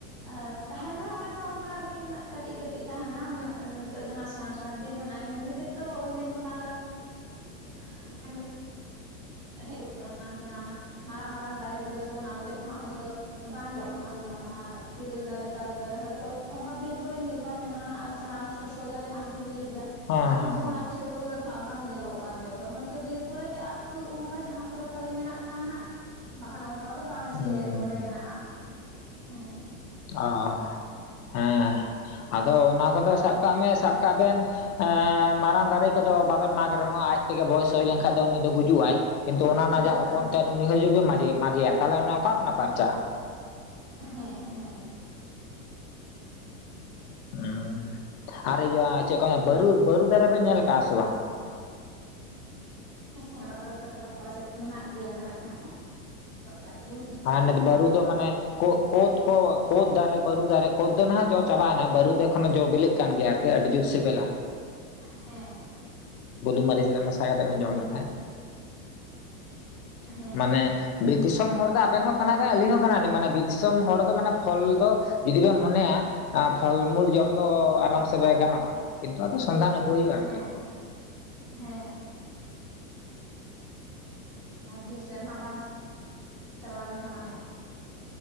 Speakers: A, on the right; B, on the left.
A: ᱮ ᱛᱟᱦᱮᱱ ᱨᱮᱦᱚᱸ ᱦᱚᱭᱛᱳ ᱚᱝᱠᱟ ᱟᱨᱠᱤ ᱠᱟᱹᱴᱤᱡ ᱠᱟᱹᱴᱤᱡ ᱛᱟᱦᱮᱱᱟ ᱩᱱᱟᱹᱜ ᱱᱤᱛᱚᱜ ᱡᱟᱦᱟᱸ ᱥᱮᱬᱟ ᱥᱮᱬᱟ ᱵᱤᱨ ᱢᱮᱱᱟᱜᱼᱟ, ᱮᱢᱱᱤ ᱛᱮ ᱫᱚ ᱩᱱ ᱫᱤᱱ ᱠᱷᱚᱱᱟᱜ ᱫᱚ <unintelligible> ᱡᱟᱦᱟᱸ ᱚᱱᱟ ᱢᱟᱨᱟᱝ ᱢᱟᱨᱟᱝ ᱫᱟᱨᱮ ᱠᱚ ᱠᱚᱫᱚ ᱡᱮᱢᱚᱱ ᱟᱞᱮ ᱥᱮᱫ ᱫᱚ ᱩᱱᱟᱹᱜ ᱫᱚ ᱵᱟᱝ ᱧᱮᱞᱚᱜ ᱠᱟᱱᱟ, ᱡᱮᱢᱚᱱ ᱚᱱᱟ ᱛᱤᱨᱤᱞ ᱫᱟᱨᱮ ᱛᱟᱨᱚᱵ ᱫᱟᱨᱮ ᱦᱚᱭᱛᱚ ᱚᱝᱠᱟ ᱵᱤᱨ ᱠᱚᱨᱮ ᱢᱤᱫ ᱵᱟᱨ ᱢᱮᱱᱟᱜᱼᱟ ᱟᱨ ᱡᱟᱦᱟᱸ ᱥᱚᱥᱚ ᱫᱟᱨᱮ ᱦᱟᱸᱜ ᱵᱤᱱ ᱞᱟᱹᱭ ᱠᱮᱫᱟ
B: ᱦᱮᱸ
A: ᱚᱱᱟ ᱦᱚᱸ ᱡᱮᱢᱚᱱ ᱟᱞᱮ ᱥᱮᱫ ᱫᱚ ᱩᱱᱟᱹᱜ ᱫᱚ ᱦᱟᱸᱜ ᱵᱟᱝ ᱧᱮᱞᱚᱜᱼᱟ᱾ ᱛᱚ ᱫᱚ ᱦᱚᱭᱛᱚ ᱵᱤᱨ ᱠᱚᱨᱮ ᱟᱫ ᱛᱩᱫ ᱚᱝᱠᱟ ᱡᱟᱦᱟᱸ ᱠᱚᱨᱮ ᱯᱟᱞᱮᱜ ᱢᱮᱱᱟᱜ ᱠᱷᱟᱱ ᱦᱟᱸᱜ ᱵᱟᱠᱷᱟᱱ ᱠᱟ ᱫᱚ ᱵᱟᱝ
B: ᱦᱮᱸ
A: ᱡᱮ ᱫᱚᱢᱮ
B: ᱦᱮᱸ ᱦᱩᱸ ᱦᱩᱸ
A: ᱢᱮᱱᱟᱜᱼᱟ ᱦᱮᱸ᱾
B: ᱚ ᱦᱮᱸ ᱟᱫᱚ ᱚᱱᱟ ᱠᱚᱫᱚ ᱥᱟᱵ ᱠᱟᱜ ᱢᱮ ᱥᱟᱵ ᱠᱟᱜ ᱵᱮᱱ ᱮᱸ ᱢᱟᱨᱟᱝ ᱫᱟᱨᱮ ᱠᱚᱫᱚ ᱵᱟᱵᱮᱱ ᱢᱟᱜᱽ ᱨᱮᱦᱚᱸ ᱟᱡ ᱛᱮᱜᱮ ᱵᱚᱭᱮᱥ ᱦᱩᱭ ᱞᱮᱱᱠᱷᱟᱱ ᱫᱚ ᱩᱱᱤ ᱫᱚ ᱜᱩᱡᱩᱜᱼᱟᱭ᱾ ᱠᱤᱱᱛᱩ ᱚᱱᱟ ᱨᱮᱱᱟᱜ
A: ᱜᱩᱡᱩᱜᱼᱟ
B: ᱡᱟ ᱦᱚᱯᱚᱱ
A: ᱦᱮᱸ
B: ᱛᱮᱫ ᱩᱱᱤ ᱦᱚᱸ ᱡᱩᱫᱤᱢ ᱢᱟᱡᱮᱭᱟ ᱢᱟᱜᱮᱭᱟ ᱛᱟᱦᱞᱮ ᱚᱠᱟ ᱠᱷᱚᱱᱟᱜ ᱯᱟᱨᱪᱟᱜᱼᱟ?
A: ᱦᱮᱸ ᱦᱮᱸ
B: ᱚ ᱟᱨ ᱤᱭᱟᱹ ᱪᱮᱫ ᱠᱚ ᱢᱮ ᱵᱟᱹᱨᱩ ᱵᱟᱹᱨᱩ ᱫᱟᱨᱮ ᱵᱮᱱ ᱧᱮᱞ ᱠᱟᱜᱼᱟ ᱥᱮ ᱵᱟᱝ?
A: <unintelligible> <unintelligible>
B: <unintelligible> ᱵᱩᱨᱩ
A: ᱠᱟᱜᱼᱟ
B: ᱫᱚ ᱢᱟᱱᱮ ᱠᱳᱫᱽ ᱠᱚ ᱠᱳᱫᱽ ᱫᱟᱨᱮ ᱵᱟᱹᱨᱩ ᱫᱟᱨᱮ ᱠᱳᱫᱽ ᱫᱚ ᱱᱟᱦᱟᱜ ᱡᱚ ᱪᱟᱵᱟᱭᱮᱱᱟ ᱵᱟᱹᱨᱩ ᱫᱚ ᱠᱷᱚᱱ ᱡᱚ ᱵᱤᱞᱤᱜ ᱠᱟᱱᱟ ᱾ ᱠᱟᱱ ᱜᱮᱭᱟ ᱟᱨᱠᱤ ᱟᱹᱰᱤ ᱡᱩᱛ ᱥᱤᱵᱮᱞᱟ
A: <inaudible>
B: ᱾
A: ᱦᱮᱸ
B: ᱵᱩᱞᱩᱝ ᱢᱟᱨᱤᱪ ᱨᱮ ᱢᱮᱥᱟ ᱠᱟᱛᱮ ᱵᱚ ᱡᱚᱢ ᱞᱮᱫ ᱛᱟᱦᱮᱡ ᱾
A: ᱦᱮᱸ
B: ᱢᱟᱱᱮ ᱵᱤᱨ ᱫᱤᱥᱚᱢ ᱦᱚᱲ ᱫᱚ ᱟᱵᱮᱱ ᱦᱚᱸ ᱠᱟᱱᱟ ᱵᱮᱱ ᱟᱹᱞᱤᱧ ᱦᱚᱸ ᱠᱟᱱᱟ ᱞᱤᱧ ᱢᱟᱱᱮ ᱵᱤᱨ ᱫᱤᱥᱚᱢ ᱦᱚᱲ ᱫᱚ ᱢᱟᱱᱮ ᱯᱷᱚᱞ ᱫᱚ ᱡᱩᱫᱤ ᱵᱮᱱ ᱢᱚᱱᱮᱭᱟ ᱯᱷᱚᱞ ᱢᱩᱞ ᱡᱚᱢ ᱫᱚ ᱟᱨᱟᱢ ᱥᱮ ᱜᱟᱱᱚᱜᱼᱟ ᱠᱤᱱᱛᱩ ᱟᱫᱚ ᱥᱚᱱᱫᱷᱟᱱ ᱟᱹᱜᱩᱭ ᱦᱩᱭᱩᱜᱼᱟ ᱟᱨᱠᱤ
A: ᱦᱮᱸ
B: ᱾
A: ᱦᱮᱸ ᱵᱤᱨ ᱥᱮᱫ ᱱᱷᱟᱜ ᱵᱟᱝ <unintelligible> ᱪᱟᱞᱟᱣ ᱞᱮᱱ ᱠᱷᱟᱱ <unintelligible>